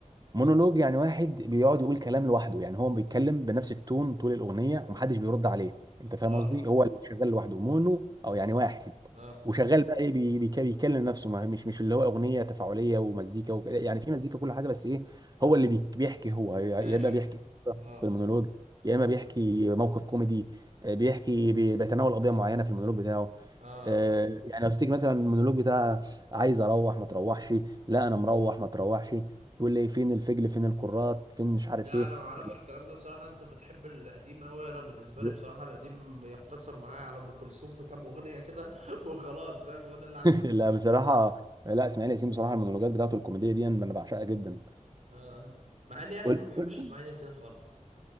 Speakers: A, on the right; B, on the right.
A: مونولوج يعني واحد بيقعد يقول كلام لوحده يعني هو بيتكلم بنفس التون طول الاغنيه ومحدش بيرد عليه انت فاهم
B: اه
A: قصدي هو اللي شغال لوحده مونو او يعني واحد
B: اه
A: وشغال بقى ايه بي- بيك- بيتكلم نفسه ما مش مش اللي هو اغنيه تفاعليه ومزيكا وكده يعني في مزيكا كل حاجه بس ايه هو اللي بي- بيحكي هو يا
B: ماشي
A: يا اما بيحكي قصة
B: اه
A: في المونولوج يا اما بيحكي موقف كوميدي آه، بيحكي بي- بيتناول قضيه معينه في المونولوج بتاعه
B: اه
A: آه، يعني لو تيجي مثلا المونولوج بتاع عايز اروح ما تروحش لا انا مروح ما تروحش تقول لي فين الفجل فين الكرات فين مش عارف
B: لا
A: ايه
B: انا ما اعرفش
A: <laughs>
B: الكلام ده بصراحة انت بتحب القديم قوي انا بالنسبة
A: جو-
B: لي بصراحة القديم يقتصر معايا على ام كلثوم في كام اغنية كده <laughs> وخلاص فاهم هو ده اللي عندي
A: لا بصراحه لا اسماعيل ياسين بصراحه المونولوجات بتاعته الكوميديه دي انا بعشقها جدا
B: اه آه. مع اني يا اخي
A: وال-
B: ما بحبش
A: وال-
B: اسماعيل ياسين خالص